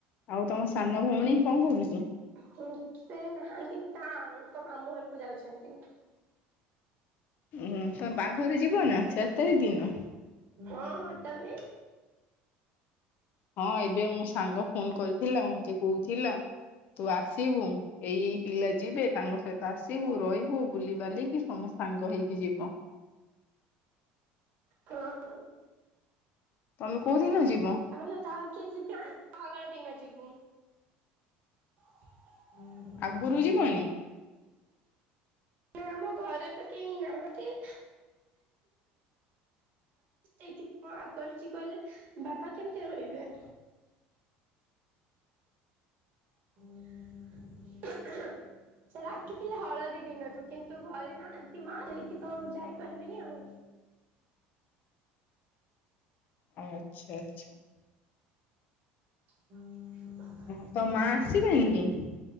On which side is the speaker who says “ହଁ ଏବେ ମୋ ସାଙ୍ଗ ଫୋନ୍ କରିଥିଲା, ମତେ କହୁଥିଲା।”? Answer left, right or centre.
Left